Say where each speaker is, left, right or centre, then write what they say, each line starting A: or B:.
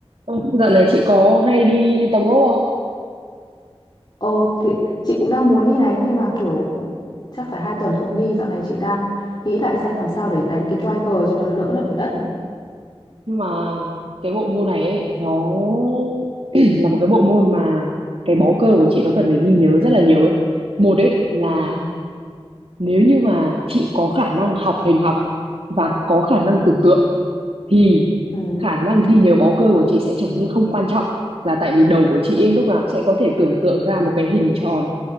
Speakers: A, on the right; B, on the left.
A: Ừ, Dạo này chị có hay đi tập gốc không?
B: Ồ, thì chị cũng đang muốn đi này nhưng mà kiểu cũng chắc phải hai tuần không đi dạo này chị đang nghĩ lại xem làm sao để đánh cái driver cho nó đỡ đập vào đất
A: Nhưng mà cái bộ môn này ấy, nó <clears throat> là một cái bộ môn mà cái bó cơ của chị nó cần phải ghi nhớ rất là nhiều ấy. Một ấy là
B: ừ
A: nếu như mà chị có khả năng học hình học và có khả năng tưởng tượng thì
B: ừ
A: khả năng ghi nhớ bó cơ của chị sẽ trở nên không quan trọng là tại vì đầu của chị ấy, lúc nào cũng sẽ có thể tưởng tượng ra một cái hình tròn